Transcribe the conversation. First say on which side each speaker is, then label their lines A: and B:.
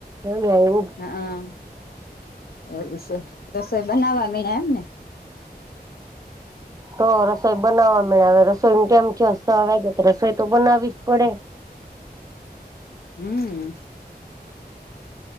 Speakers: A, on the right; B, on the left.
A: એવું આવું
B: હા હા એવું છે રસોઈ બનાવા મણ્યા એમ ને
A: તો રસોઈ બનાવવા મેળવે રસોઈ માટે તેમ હસ્તા હવે ગેત રસોઈ તો બનાવી જ પડે
B: હમ્મ.